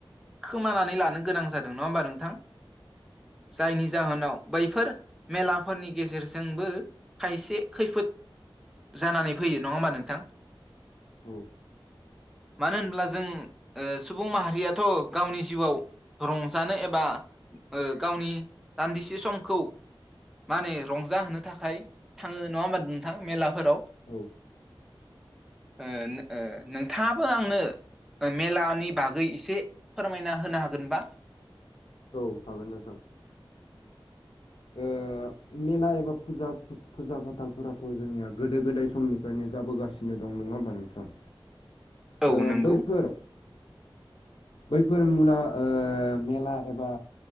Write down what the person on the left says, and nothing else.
औ
औ
औ हागोन नोंथां। ओ मेला एबा फुजा फु-फुजा फाथालफोराथ' जोंनिया गोदो गोदाय समनिफ्रायनो जाबोगासिनो नो दं नङा होमबा नोंथां?
ओ
बैफोर बैफोर मुना ओ मेला एबा